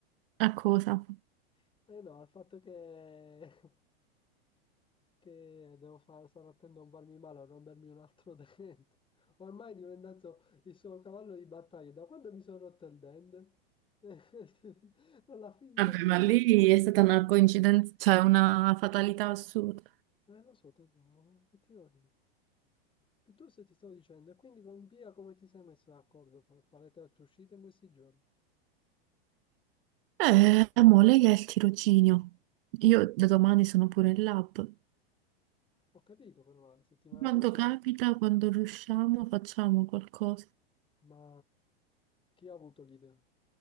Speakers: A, on the right; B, on the left.
A: A cosa?
B: Dici, "Eh no, il fatto che, <laughs> che devo fare, stare attento a non farmi male, a rompermi un altro <laughs> dente, ormai è diventato il suo cavallo di battaglia, da quando mi sono rotto il dente? <laughs> Non l'ha finto
A: Vabbè,
B: più.
A: ma lì è stata una coincidenza, cioè una fatalità assurda.
B: Eh, lo so, tesoro, eh, che ti devo dire? Piuttosto ti stavo dicendo, e quindi con Pia come ti sei messo d'accordo? Fa- Farete altre uscite in questi giorni?
A: Eh, amore, lei è il tirocinio. Io da domani sono pure in lab.
B: Ho capito, però, la settimana
A: Quando
B: prossima,
A: capita, quando riusciamo, facciamo qualcosa.
B: ma chi ha avuto l'idea?